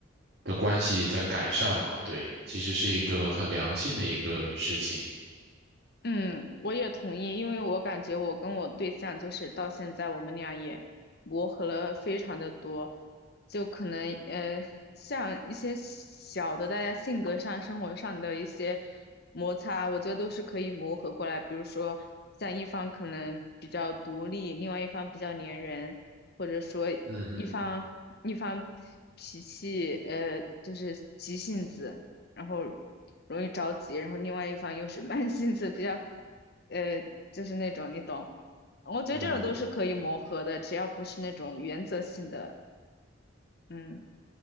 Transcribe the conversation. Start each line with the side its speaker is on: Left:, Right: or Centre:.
Right: 的关系在改善嘛，对，其实是一个很良性的一个事情。
Left: 嗯，我也同意，因为我感觉我跟我对象就是到现在我们俩也磨合了非常的多，就可能呃像一些小的大家性格上、生活上的一些摩擦，我觉得都是可以磨合过来。比如说像一方可能比较独立，另外一方比较粘人，或者说一方一方脾气呃就是急性子。
Right: 嗯嗯
Left: 然后容易着急，然后另外一方又是慢性子，比较，呃，就是那种你懂。我觉得这种都是可以磨合的，
Right: 嗯，
Left: 只要不是那种原则性的。嗯